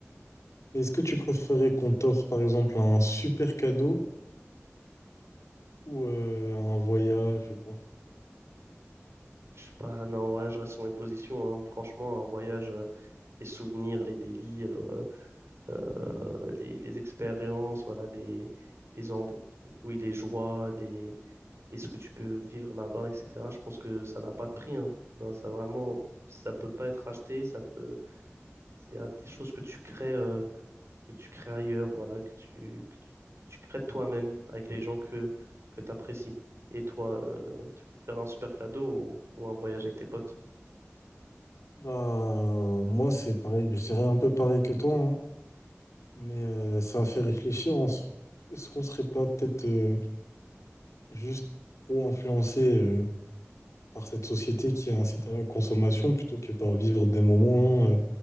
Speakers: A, on the left; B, on the right.
A: Mais Est-ce que tu préférais qu'on t'offre, par exemple, un super cadeau ou euh, un voyage, je sais pas?
B: Je sais pas, non, ouais, je reste sur mes positions. hein. Franchement, un voyage, euh, les souvenirs, les délires, euh, euh, les, les expériences, voilà, les, les embrouilles, les joies, les, et ce que tu peux vivre là-bas, etc. Je pense que ça n'a pas de prix, hein. Ça, ça vraiment, ça peut pas être acheté, ça peut, c'est euh, des choses que tu crées, euh, que tu crées ailleurs, voilà, que tu, que tu, que tu crées toi-même avec les gens que, que tu apprécies. Et toi, euh, tu préfères un super cadeau ou, ou un voyage avec tes potes?
A: Bah, moi, c'est pareil. Je dirais un peu pareil que toi, hein. mais euh, ça a fait réfléchir. en s- Est-ce qu'on serait pas peut-être euh, juste trop influencé euh, par cette société qui incite à la consommation plutôt que par vivre des moments, euh,